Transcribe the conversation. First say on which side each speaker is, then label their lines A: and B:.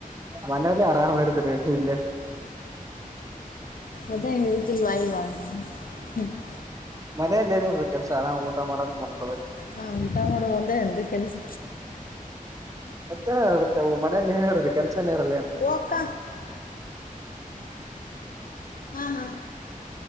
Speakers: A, on the right; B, on the left.
A: ಮನೆಯಲ್ಲಿ ಆರಾಮ ಇರ್ತರಿ ಇಲ್ಲಯ
B: ಅೇ ಹೇಳ್ತಿಲ್ವ ವಾಯುವಣ <unintelligible>
A: ಮನೇೆಯಲ್ಲಿೇ ಏನ್ ಇರುತ್ ರಿ ಕೆಲ್ಸ ಆರಾಮ್ ಊಟ ಮಾಡದ ಮಲ್ಕೊಳದು
B: ಹಾ ಊಟಾ ಮಾಡೋುದು ಒಂದ ಏನ್ರಿ ಕೆಲ್ಸ
A: ಮತ್ತೆ ಏನ್ ಇರಿತವು ಮನೇಲಿ ಏನ್ ಇರುತ್ತೆ ಕೆಲ್ಸನ ಇರಲ್ಲ
B: ವಕ್ಕ ಹಾ ಹಾ